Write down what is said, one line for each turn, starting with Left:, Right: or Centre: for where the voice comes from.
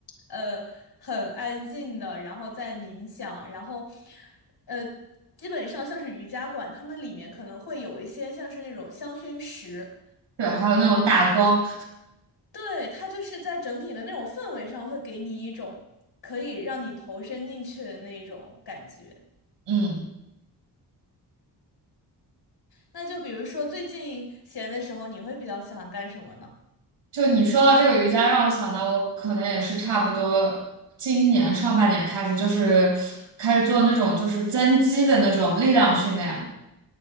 Left: 呃很安静的，然后在冥想，然后呃。基本上像是瑜伽馆，他们里面可能会有一些像是那种香薰石，
Right: 对，还有那种打光，
Left: 对，它就是在整体的那种氛围上，会给你一种可以让你投身进去的那种感觉。
Right: 嗯。
Left: 那就比如说最近闲的时候，你会比较喜欢干什么呢？
Right: 就你说到这个瑜伽，让我想到我可能也是差不多今年上半年开始，就是开始做那种就是增肌的那种力量训练，